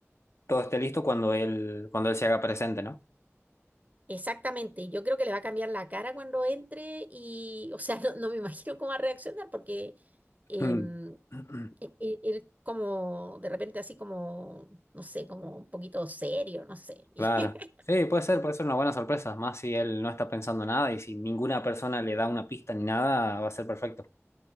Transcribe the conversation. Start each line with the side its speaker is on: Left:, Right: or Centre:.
Left: todo esté listo cuando él, cuando él se haga presente, ¿no?
Right: Exactamente, yo creo que le va a cambiar la cara cuando entre y, o sea, <laughs> no, no me imagino cómo va a reaccionar porque... em,
Left: Mm. <clears throat>
Right: e- e- él como de repente así como, no sé, como un poquito serio, no sé. <laughs>
Left: Claro. Sí, puede ser, puede ser una buena sorpresa, más si él no está pensando nada y si ninguna persona le da una pista ni nada, va a ser perfecto.